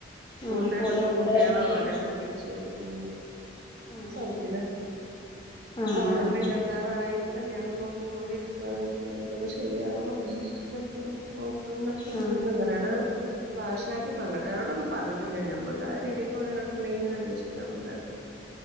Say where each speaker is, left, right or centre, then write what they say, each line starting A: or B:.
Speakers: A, on the left; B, on the right.
A: ആഹ്
B: മൂത്താത്
A: ഓലൊക്കെ
B: പെൺകുട്ടികള
A: എന്താ വർക്ക് ചെയ്യാ
B: ഓലെ കെട്ടിച്ചു അ
A: ആഹ്
B: സൗദില
A: ആഹ്
B: മോൻ നിപ്പോ ഇരുപത്താറായി അല്ലയാണം നോക്കിക്കൊണ്ടിരിക്കുകയാണ് അദ്ദേനെപ്പന്ന് ശ ശരിയാവണം ഉം ഓക് <unintelligible>
A: ആഹ്
B: അങ്ങനാണ്ട് വാസ് ക്കി പെക്കട്ടരന്മാരോടെന്നും പറഞ്ഞിട്ടില്ല നമ്മുൾ തായ രീതിക് ഓവുടെലൊക്കെ കണ്ടെങ്കിൽ ഇങ്ങനെ അന്വേഷിക്കാമന്ന ലക്ക്